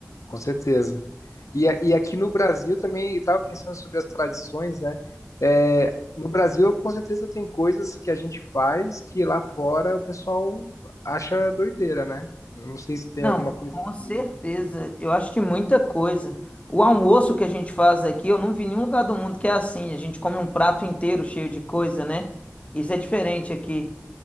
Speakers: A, on the left (about 80°); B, on the left (about 25°).
A: com certeza. E, a- e aqui no Brasil também, eu estava pensando sobre as tradições, né? É, no Brasil, com certeza, tem coisas que a gente faz que lá fora o pessoal acha doideira, né? Não sei se tem
B: Não,
A: alguma coisa
B: com certeza.
A: que.
B: Eu acho que muita coisa. O almoço que a gente faz aqui, eu não vi em nenhum lugar do mundo que é assim. A gente come um prato inteiro cheio de coisa, né? Isso é diferente aqui,